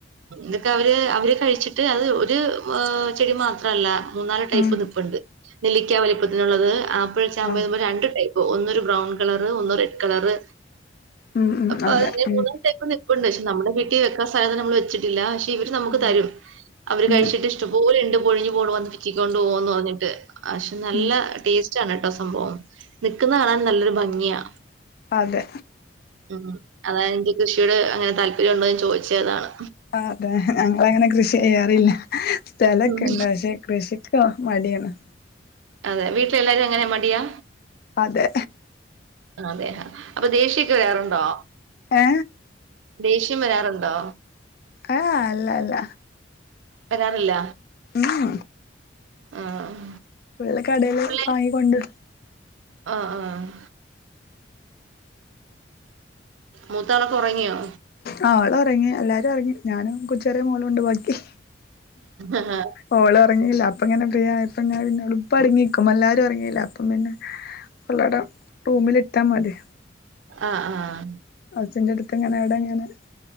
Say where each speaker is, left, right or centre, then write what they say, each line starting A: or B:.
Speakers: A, on the right; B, on the left.
A: എന്തൊക്കെ അവര്, അവര് കഴിച്ചിട്ട് അത് ഒരു ചെടി മാത്രല്ല മൂന്നാല്.
B: ഉം
A: പ്പ്നിപ്പുണ്ട് നെല്ലിക്ക വലിപ്പത്തിനുള്ളത് ആപ്പിൾ ചാമ്പ.
B: ആ
A: രണ്ട് ടൈപ്പ് ഒന്നൊരു ബ്രൗൺ കളറ് ഒന്ന് റെഡ് കളറ്.
B: ഉം ഉം
A: അപ്പതങ്ങനെ
B: അതെ ഉം
A: മൂന്നാല് ടൈപ്പ് നി പ്പുണ്ട് പക്ഷെ നമ്മളെ വീട്ടി വെക്കൻ സ്ഥലല്ല നമ്മള് വെച്ചിട്ടില്ല പക്ഷെ ഇവര് നമുക്ക്
B: ഉം
A: തരും. അവര്
B: ഉം
A: കഴിച്ചിട്ട് ഇഷ്ടം പോലെ ഉണ്ട് കൊഴിഞ്ഞു പോണു പറഞ്ഞ് പിച്ചിക്കൊണ്ടുപോന്നു പറഞ്ഞിട്ട് പക്ഷെ നല്ല
B: ഉം
A: ടേസ് റ്റാണ് കേട്ടോ സംഭവം നിക്കുന്ന കാണാൻ നല്ലൊരു ഭംഗിയാ
B: അതെ
A: ഉം അതാണ് എന്റെ കൃഷിയോട് അങ്ങനെ താല്പര്യം ഉണ്ടോ എന്ന് ചോദിച്ചയതാണ്
B: ആഹ് അതെ ഞങ്ങളങ്ങനെ കൃഷി ചെയ്യാറില്ല സ്ഥലൊക്കെ
A: ഉം.
B: ഉണ്ട് പക്ഷെ കൃഷി ഹോ മടിയാണ്
A: അതെ വീട്ടിലെല്ലാരും അങ്ങനെ മടിയാ
B: അതെ
A: അതെയാ അപ്പൊ ദേഷ്യക്ക് വെരാറൊണ്ടോ
B: ഏ
A: ദേഷ്യം വരാറൊണ്ടോ
B: ആഹ് അല്ല അല്ല
A: വരാറില്ല
B: ഉം
A: ആഹ്
B: പിള്ള കടയില്
A: പിള്ളേര്
B: വാങ്ങിക്കൊണ്ട്
A: ആഹ് ആഹ് മൂത്താളൊക്കെ ഒറങ്ങിയോ
B: ആഹ് അവള് ഒറങ്ങി എല്ലാരും ഒറങ്ങി ഞാനും കൊച്ചേറിയ മോളോണ്ട് ബാക്കി
A: ആഹ്
B: ഓളൊറങ്ങീല്ല അപ്പ ഇങ്ങനെ ഫ്രീ ആയപ്പ ഞാൻ പിന്നെ ഉളപ്പ അടങ്ങിക്കും എല്ലാരും ഇറങ്ങിയില്ല അപ്പം പിന്നെ ഫുള്ളട റൂമിലിട്ട മതി
A: ആഹ് ആഹ്
B: അച്ഛൻ്റെടുത്ത് എങ്ങനെ അവിടെങ്ങനെ